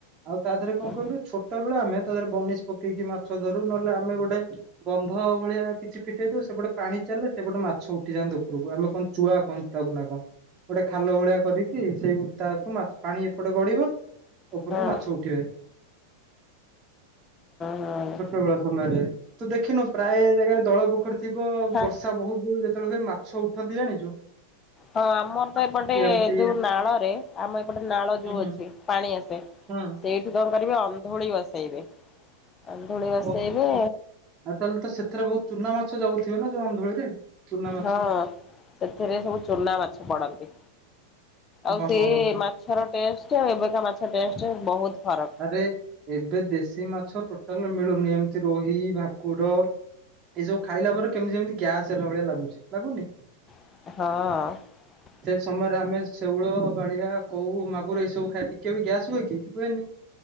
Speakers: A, on the right; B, on the left.
A: ଆଉ ତା ଦେହରେ କଣ
B: ହଁ
A: କହିଲୁ ଛୋଟ ବେଳେ ଆମେ ତା ଦେହରେ ବନିସ ପକେଇକି ମାଛ ଧରୁ ନହେଲେ ଆମେ ଗୋଟେ ଗନ୍ଧ ଭଳିଆ କିଛି ଫିଟେଇ ଦୋଉ ସେପଟେ ପାଣି ଚାଲେ ସେପଟେ ମାଛ ଉଠିଯାଆନ୍ତି ଉପରକୁ ଆମେ କଣ ଚୁଆ କହନ୍ତି ତାକୁ ନା କଣ ଗୋଟେ ଖାଲ ଭଳିଆ କରିକି ସେଇ ତାକୁ ମାଛ୍ ପାଣି ଏପଟେ ଗଢିବ। ଉପରକୁ
B: ହଁ
A: ମାଛ ଉଠିବେ।
B: ହଁ।
A: ଛୋଟ ବେଳ ସମୟରେ ତୁ ଦେଖିନୁ ପ୍ରାୟ ଜାଗାରେ ଦଳ ପୋଖରୀ ଥିବ
B: ହଁ।
A: ବର୍ଷା ବୋହୁତ ଜୋରେ ଯେତୋଳେ ହୁଏ ମାଛ ଉଠନ୍ତି ଜାଣିଚୁ?
B: ହଁ ଆମର ପା ଏପଟେ
A: ଏମିତି
B: ଯୋଉ ନାଳରେ ଆମର ଏପଟେ ନାଳ
A: ହୁଁ
B: ଯୋଉ ଅଛି ପାଣି ଆସେ।
A: ହୁଁ
B: ସେଇଠି କଣ କରିବେ ଅନ୍ଧୁଳି ବସେଇବେ ଅନ୍ଧୁଳି ବସେଇବେ
A: ହୁଁ। ଆଉ ତାହେଲେ ତ ସେଥିରେ ବୋହୁତ ଚୁନା ମାଛ ଯାଉଥିବେ ନା ଯୋଉ ଅନ୍ଧୁଳିରେ? ଚୁନା ମାଛ
B: ହଁ ସେଥିରେ ସବୁ ଚୁନା ମାଛ ପଡନ୍ତି। ଆଉ
A: ଓହୋ
B: ସେ
A: ହୋ
B: ମାଛର ଟେଷ୍ଟ ଆଉ ଏବେକା ମାଛ ଟଷ୍ଟ ବୋହୁତ ଫରକ।
A: ଆରେ ଏବେ ଦେଶୀ ମାଛ ଟୋଟାଲେ ମିଳୁନି ଏମତି ରୋହି, ଭାକୁର। ଏସବୁ ଖାଇଲା ପରେ କେମତି ଯେମତି ଗ୍ୟାସ୍ ହେଲା ଭଳିଆ ଲାଗୁଚି ଲାଗୁନି?
B: ହଁ।
A: ସେ ସମୟରେ ଆମେ ଶେଉଳ, ବାଳିଆ, କୋଉ, ମାଗୁର ଏଇସବୁ ଖାଏ ଟିକେ ବି ଗ୍ୟାସ ହୁଏ କି ହୁଏନି।